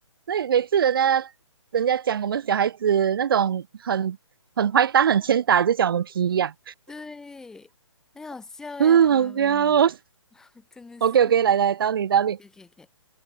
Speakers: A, on the right (about 45°); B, in the centre.
A: 那每次人家人家讲我们小孩子那种很很坏蛋、很欠打，就讲我们皮痒，
B: 对，很好笑哎，
A: <laughs> 嗯，
B: 哇啦喂，
A: 好笑哦。<laughs>
B: 真的是。
A: OK OK，来来，到你到你
B: 可以可以可以